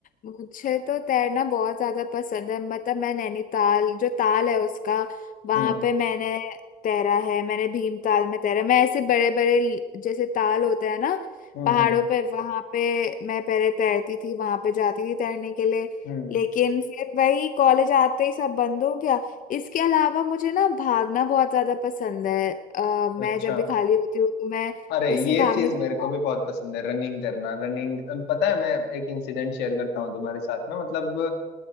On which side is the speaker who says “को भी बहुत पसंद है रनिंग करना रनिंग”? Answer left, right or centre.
Left